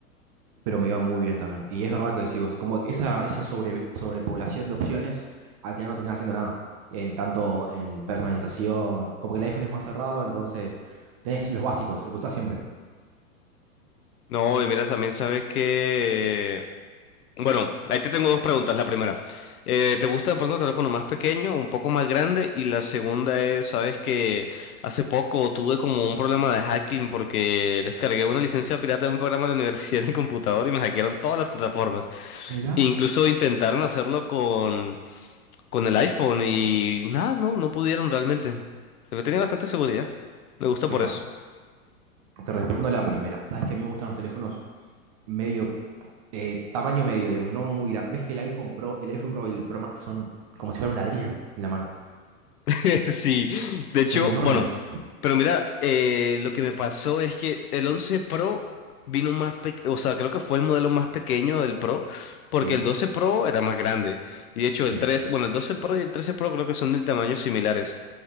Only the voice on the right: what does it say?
pero me iba muy bien también. Y es verdad que decís vos, como esa, esa sobre, sobrepoblación de opciones, al final no terminás haciendo nada. Eh, tanto en personalización, como que el iPhone es más cerrado, entonces tenés los básicos, lo que usás siempre.
Mira,
Mirá,
Te respondo la primera. Sabes que a mí me gustan los teléfonos medio, eh, tamaño medio, digamos, no muy grande. Ves que el iPhone Pro, el iPhone Pro y el Pro Max son como si fuera un ladrillo en la mano.
Son enormes.
Sí,
sí.